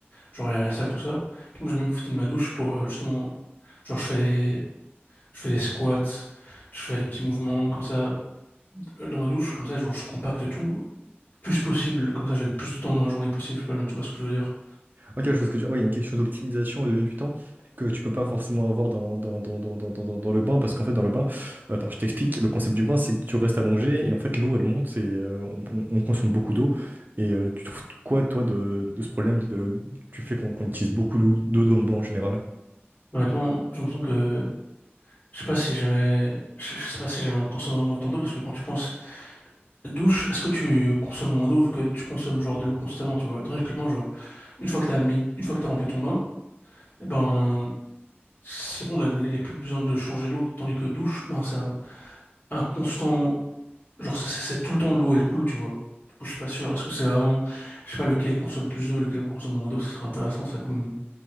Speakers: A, on the left; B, on the right.
A: genre, aller à la salle, tout ça. Donc, moi, j'aime bien profiter de ma douche pour, euh, justement, genre, je fais des, je fais des squats, je fais des petits mouvements comme ça. euh, dans ma douche, comme ça, genre, je compacte tout, le plus possible, comme ça, j'ai le plus de temps dans la journée possible, je sais pas, mais tu vois ce que je veux dire.
B: Ah, quelque chose que tu... ouais, il y a une question d'optimisation et de gagner du temps que tu peux pas forcément avoir dans, dans, dans, dans, dans, dans, dans- dans le bain, parce qu'en fait, dans le bain, attends, je t'explique, le concept du bain, c'est que tu restes allongé et en fait, l'eau, elle monte et euh, on, on- on consomme beaucoup d'eau. Et euh, tu trouves quoi, toi, de, de ce problème de, tu fais qu'on qu'on utilise beaucoup d'eau d'eau dans le bois en général?
A: Honnêtement, j'ai l'impression que, je sais pas si jamais, je je sais pas si jamais on consomme vraiment autant d'eau, parce que quand tu penses, douche, est-ce que tu consommes moins d'eau, vu que tu consommes, genre, de l'eau constamment, tu vois, tandis que le bain, genre, une fois que t'as mis, une fois que t'as rempli ton bain, eh ben, c'est bon, là, il y a plus besoin de changer l'eau, tandis que douche, ben, c'est un, un constant Genre, c'est c'est- c'est tout le temps l'eau, elle coule, tu vois. Du coup, je suis pas sûr. Est-ce que c'est vraiment, je sais pas, lequel consomme plus d'eau et lequel consomme moins d'eau, ce serait intéressant, ça, comme,